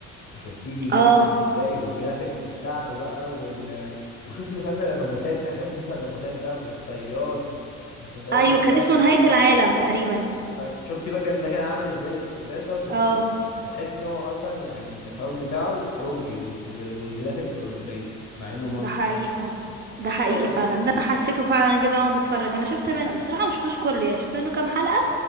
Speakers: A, on the left; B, on the right.
A: وشفتيه بيمثل
B: اه
A: ازاي والجرافيكس بتاعته بقى وال... وشفتي مسلسل الروبوتات اخر مسلسل الروبوتات ده والصياد والمسلسلات
B: ايوه
A: اللي
B: كان
A: فيها
B: اسمه
A: سسبنس
B: نهاية العالم تقريبا
A: طيب شفتي بقى كان ده كان عامل ازاي ده لو شفتيه
B: اه
A: هتحس ان هو اصلا يعني الاخراج بتاعه اوروبي وال- والجرافيكس اوروبيه مع انه مصر
B: ده حقيقي فعلا ده حقيقي
A: ايوه
B: فعلا ده انا حسيته فعلا كده وانا بتفرج انا شفت منه بصراحة ما شفتوش كله يعني شفت منه كام حلقة